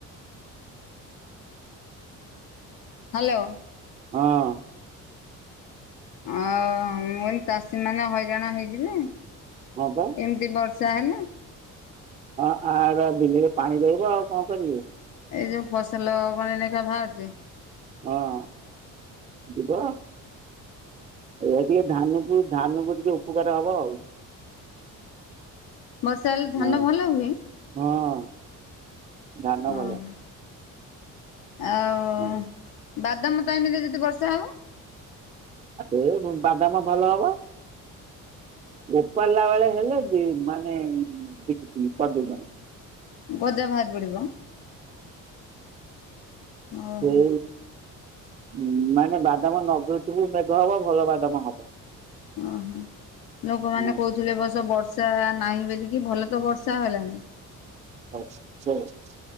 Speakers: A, on the left; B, on the right.
A: ହାଲୋ
B: ହଁ, ଅଁ।
A: ଆଉ ମୁଁ କହିଲି ଚାଷୀ ମାନେ ହଇରାଣ ହେଇଯିବେ।
B: ହଁ, ପା
A: ଏମିତି ବର୍ଷା ହେଲେ।
B: ହଁ, ଆର ବିଲିରେ ପାଣି ରହିବ ଆଉ କଣ କରିବେ।
A: ଏଇ ଯୋଉ ଫସଲ ବହେ ଲେଖା ବାହାରୁଚି।
B: ହଁ, ଯିବ। ଏ ଟିକେ ଧାନକୁ ଧାନକୁ ଟିକେ ଉପକାର ହବ ଆଉ।
A: ବର୍ଷା ହେଲେ ଧାନ
B: ହଁ,
A: ଭଲ ହୁଏ
B: ହଁ ଧାନ
A: ଓହୋ
B: ଭଲ।
A: ଆଉ
B: ହଁ
A: ବାଦାମ ଟାଇମ୍ ରେ ଯଦି ବର୍ଷା ହବ।
B: ସେତେବେଳେ ବାଦାମ ଭଲ ହବ ଉପାରିଲା ବେଳେ ହେଲେ। ସେ ମାନେ ବକି କରିଦେଉଛନ୍ତି।
A: ଗଜା ବାହାରି ପଡିବ। ଓହୋ
B: କଉ ହଁ ମାନେ ବାଦାମ ନଗେଇଥିବୁ ମେଘ ହବ ଭଲ ବାଦାମ ହବ।
A: ଅ ହଃ ଲୋକମାନେ
B: ହୁଁ
A: କହୁଥିଲେ ଏବର୍ଷ ବର୍ଷା ବର୍ଷା ନାହିଁ ବୋଲିକି ଭଲ ତ ବର୍ଷା ହେଲାଣିି।
B: ଅଛି କି ଚେ <unintelligible>